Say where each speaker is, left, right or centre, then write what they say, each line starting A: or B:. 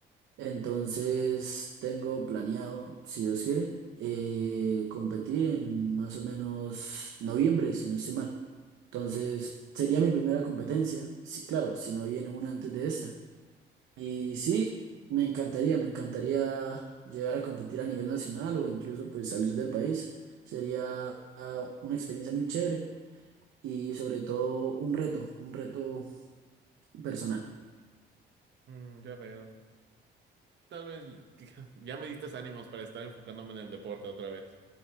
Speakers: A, on the right; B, on the right.
A: Entonces tengo planeado, si Dios quiere, eh, competir en más o menos noviembre, si no estoy mal. Entonces sería mi primera competencia, sí, claro, si no viene una antes de esta. Y sí, me encantaría, me encantaría llegar a competir a nivel nacional o incluso pues salir del país. Sería ah, una experiencia muy chévere y sobre todo un reto, un reto personal.
B: Mm, ya veo. Tal vez y- <laughs> ya me diste ánimos para estar enfocándome en el deporte otra vez.